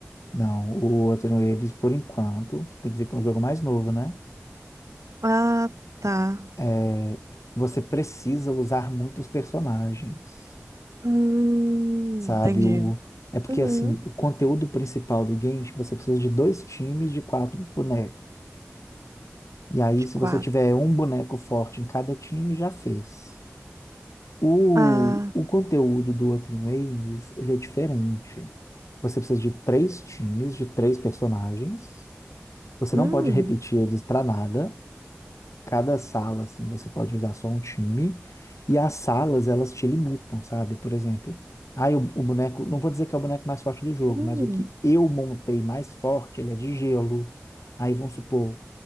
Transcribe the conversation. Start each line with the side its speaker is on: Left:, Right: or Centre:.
Left: Não, o Anthony Davis, por enquanto, tem que ver com um jogo mais novo, né?
Right: Ah, tá.
Left: É, você precisa usar muitos personagens,
Right: Hum,
Left: sabe?
Right: entendi.
Left: O, é porque,
Right: Uhum.
Left: assim, o conteúdo principal do game, você precisa de dois times de quatro bonecos. E aí,
Right: De
Left: se
Right: quatro.
Left: você tiver um boneco forte em cada time, já fez. O,
Right: Ah,
Left: o conteúdo do Anthony Davis, ele é diferente. Você precisa de três times, de três personagens. Você
Right: hum,
Left: não pode repetir eles para nada. Cada sala, assim, você pode usar só um time e as salas, elas te limitam, sabe? Por exemplo, ah, o, o boneco, não vou dizer que é o boneco mais forte do jogo,
Right: Hum.
Left: mas o que eu montei mais forte, ele é de gelo. Aí vamos supor,